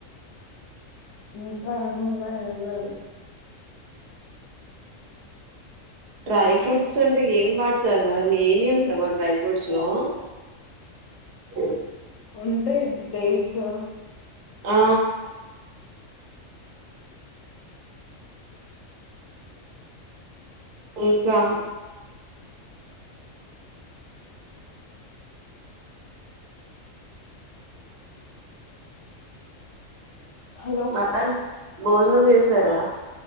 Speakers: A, on the left; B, on the right.
A: ఇంకా ఏమునై ఎం లేదు
B: డ్రై ఫ్రూట్స్ అంటే ఏం వాడుతారు మేడం ఏమి ఉండవ డ్రై ఫ్రూట్స్ లో కోఒ
A: ఉంటై డేట్స్ లో
B: ఆ ఇంకా
A: హలో
B: <unintelligible> భోజనం చేసారా